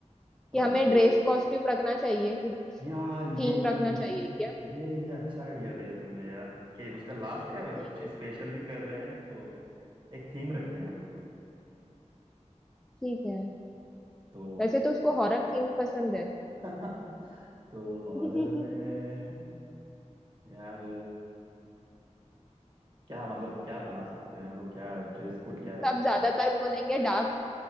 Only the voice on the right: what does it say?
और
केक
यार ये
ये
ये ये अच्छा आइडिया दिया तुमने यार कि उसका लास्ट है और
कुछ स्पेशल भी कर रहे हैं तो एक थीम रखते हैं हम लोग
तो
<laughs> तो हॉरर
में यार क्या मतलब क्या बना सकते हैं हम लोग क्या ड्रेस कोड क्या
रख सकते
हैं